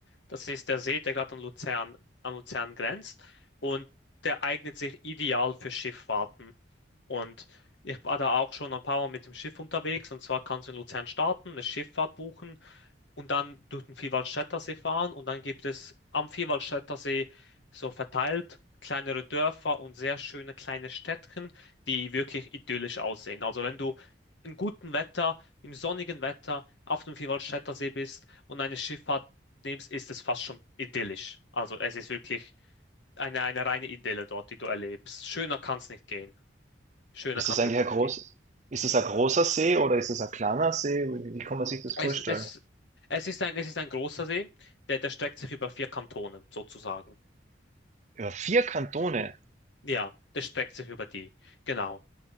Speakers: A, on the left; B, on the right.
A: Das ist der See, der gerade an Luzern, an Luzern grenzt und der eignet sich ideal für Schifffahrten. Und ich war da auch schon ein paar Mal mit dem Schiff unterwegs und zwar kannst du in Luzern starten, eine Schifffahrt buchen und dann durch den Vierwaldstättersee fahren und dann gibt es am Vierwaldstättersee so verteilt kleinere Dörfer und sehr schöne kleine Städtchen, die wirklich idyllisch aussehen. Also wenn du im guten Wetter, im sonnigen Wetter auf dem Vierwaldstättersee bist und eine Schifffahrt nimmst, ist es fast schon idyllisch. Also es ist wirklich eine, eine reine Idylle dort, die du erlebst. Schöner kann es nicht gehen. Schöner
B: Ist
A: kann
B: das
A: es
B: eigentlich
A: wirklich
B: ein
A: nicht
B: groß,
A: gehen.
B: ist das ein großer See oder ist das ein kleiner See? Wie, wie kann man sich das
A: Es,
B: vorstellen?
A: es, es ist ein, es ist ein großer See, der, der streckt sich über vier Kantone sozusagen.
B: Über vier Kantone.
A: Ja, das streckt sich über die. Genau.